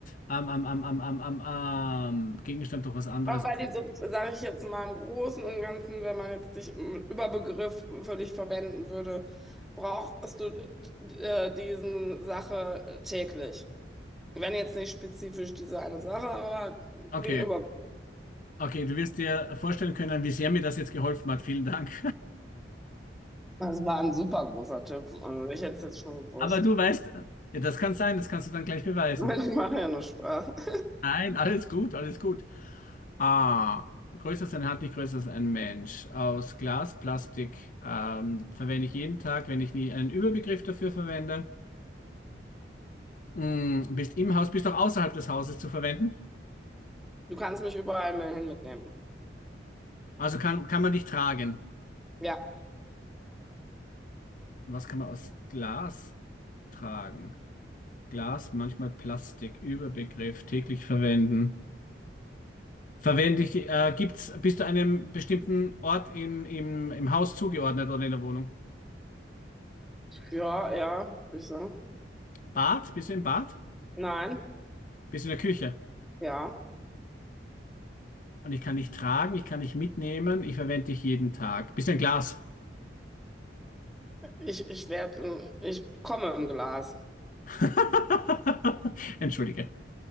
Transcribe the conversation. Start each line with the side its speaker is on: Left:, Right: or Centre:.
Left: Am, am, am, am, am, am, am. Gegenstand doch was anderes.
Centre: Aber diese, sage ich jetzt mal im Großen und Ganzen, wenn man jetzt dich im Überbegriff für dich verwenden würde, brauchst du äh, diesen Sache äh, täglich. Wenn jetzt nicht spezifisch diese eine Sache, aber den
Left: Okay,
Centre: Überbegriff.
Left: okay, du wirst dir vorstellen können, wie sehr mir das jetzt geholfen hat. Vielen Dank.
Centre: Das war ein super großer Tipp. Also ich hätte es jetzt schon
Left: <laughs>
Centre: gewusst.
Left: Aber du
Centre: <laughs>
Left: weißt, ja, das kann sein, das kannst du dann gleich beweisen.
Centre: Ich mache ja nur Spaß. <laughs>
Left: Nein, alles gut, alles gut. A. Größer als eine Hand, nicht größer als ein Mensch. Aus Glas, Plastik ähm, verwende ich jeden Tag, wenn ich nie einen Überbegriff dafür verwende. Mm, bist im Haus, bist auch außerhalb des Hauses zu verwenden.
Centre: Du kannst mich überall hin mitnehmen.
Left: Also kann, kann man dich tragen.
Centre: Ja.
Left: Was kann man aus Glas tragen? Glas, manchmal Plastik, Überbegriff, täglich verwenden. Verwende ich, äh, gibt's, bist du einem bestimmten Ort im, im, im Haus zugeordnet oder in der Wohnung?
Centre: Ja, ja, würde ich sagen.
Left: Bad? Bist du im Bad?
Centre: Nein,
Left: Bist du in der Küche?
Centre: ja.
Left: Und ich kann dich tragen, ich kann dich mitnehmen, ich verwende dich jeden Tag. Bist du ein Glas?
Centre: Ich, ich werde im, ich komme im Glas.
Left: <laughs> Entschuldige.